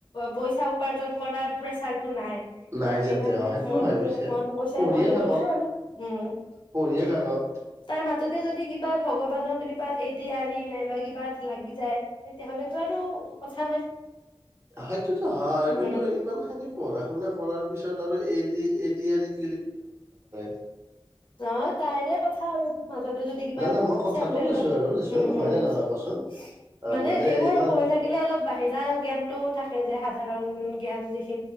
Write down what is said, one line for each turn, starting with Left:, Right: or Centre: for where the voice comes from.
Left: পইচা উপা পঢ়াৰ প্ৰেচাৰটো নাই,
Right: নাই যাতে
Left: সেইকাৰণে
Right: অ' সেইটো
Left: মন,
Right: হয় পিছে
Left: মন গৈছে
Right: পঢ়িয়ে
Left: পঢ়িব
Right: থাকক
Left: দিছোঁ আৰু উম।
Right: পঢ়িয়ে থাকক।
Left: তাৰ মাজতে যদি কিবা ভগৱানৰ কৃ এ ডি আৰি নাইবা কিবাত লাগি যায়, তেতিয়াহ'লেতো আৰু কথা নাই।
Right: সেইটোতো হয়,
Left: উম
Right: কিন্তু ইমানখিনি পঢ়া শুনা কৰাৰ পিছত আৰু এই-ৰি-ৰি <unintelligible> <unintelligible>
Left: নাই তাইৰে কথা আৰু এইটো মাজতে যদি কিবা
Right: না না মই কথাটো
Left: চেন্ট্ৰেলৰ
Right: কৈছোঁ আৰু
Left: উম,
Right: দেচোন,
Left: উম
Right: হয় নে নহয় কচোন? অ'
Left: মানে এইবোৰ
Right: ইমান
Left: পঢ়ি থাকিলে অলপ বাহিৰা জ্ঞানটোয়ো থাকে যে সাধাৰণ জ্ঞান যিখি